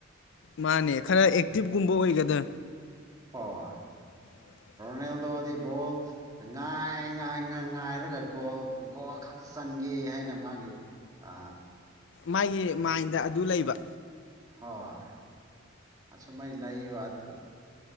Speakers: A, on the left; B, on the right.
A: ꯃꯥꯅꯦ ꯈꯔ ꯑꯦꯛꯇꯤꯚꯒꯨꯝꯕ ꯑꯣꯏꯒꯗ
B: ꯍ <unintelligible> <inaudible>
A: <unintelligible> <inaudible>
B: ꯅꯦꯜꯗꯣꯗꯤ ꯕꯣꯜ ꯉꯥꯏ ꯉꯥꯏ ꯉ ꯉꯥꯏꯔꯒ ꯒꯣꯜ ꯒꯣꯜ ꯈꯛꯇ ꯆꯟꯒꯦ ꯑꯦ ꯍꯥꯏꯅ ꯃꯥꯒꯤ ꯑ
A: ꯃꯥꯒꯤ ꯃꯥꯏꯟꯗ ꯑꯗꯨ ꯂꯩꯕ
B: ꯍꯣꯏ ꯑ ꯁ ꯃꯥꯏ ꯂꯩ ꯋꯥ ꯑꯗꯨ